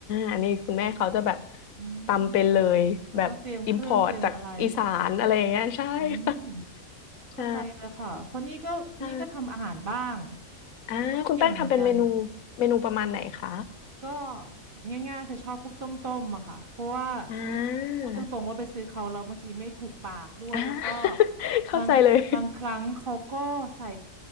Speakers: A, on the left; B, on the right.
A: อันนี้คุณแม่เขาจะแบบ
B: ำอืม
A: ตำเป็นเลยแบบอิมพอร์ตจากอีสานอะไรอย่างเงี้ยใช่ค่ะ
B: ก็ต้องเตรียมเครื่องเตรียมอะไรอืมเข้าใจเลยค่ะเพราะนี่ก็นี่ก็ทำอาหารบ้าง
A: ใช่ใช่อ่าคุณแป้งทำเป็นเมนู
B: แต่ก็ไม่เก่งเหมือนกัน
A: เมนูประมาณไหนคะ
B: ก็ง่ายๆคือชอบพวกต้มๆอะค่ะเพราะว่า
A: อ่
B: พูดตรงๆว่าไปซื้อเขาแล้วบางทีไม่ถูกปากด้วยแล้วก็
A: าอ่า <laughs> เข้าใจเลย
B: บางบางครั้งเขาก็ใส่